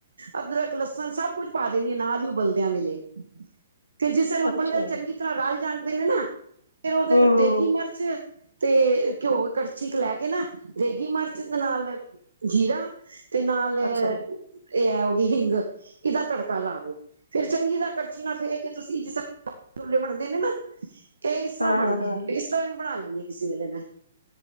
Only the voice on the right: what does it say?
ਅਦਰਕ ਲਸਣ ਸਭ ਕੁੱਝ ਪਾ ਦਿੰਦੀ ਆ, ਨਾਲ ਹੀ ਉਬਲਦਿਆਂ ਵੇਲੇ ਫਿਰ ਜਿਸ ਵੇਲੇ
ਉਬਲ ਜਾਣ ਚੰਗੀ ਤਰ੍ਹਾਂ ਰਲ ਜਾਂਣਦੇ ਨੇ ਨਾ ਫੇਰ ਉਹਦੇ
ਚ
ਦੇਗੀ
ਮਰਚ ਤੇ ਘਿਓ ਕੜਛੀ ਕ ਲੈ ਕੇ ਨਾ ਦੇਗੀ ਮਿਰਚ ਦੇ ਨਾਲ ਜੀਰਾ। ਤੇ ਨਾਲ ਇਹ
ਐ ਹੋ ਗਈ ਹਿੰਗ, ਇਹਦਾ ਤੜਕਾ ਲਾ ਦੋ ਫੇਰ ਚੰਗੀ ਤਰ ਕੜਛੀ ਨਾਲ ਫੇ ਕੇ ਤੁਸੀਂ ਜਿਸਾ ਛੋਲੇ ਬਣਦੇ ਨੇ ਨਾ, ਇਹ ਇਸਰ੍ਹਾਂ
ਬਣਦੇ
ਨੇ ਇਸਰਾਂ ਵੀ ਬਣਾ ਲੈਂਨੇ। ਕਿਸੇ ਵੇਲੇ ਮੈਂ,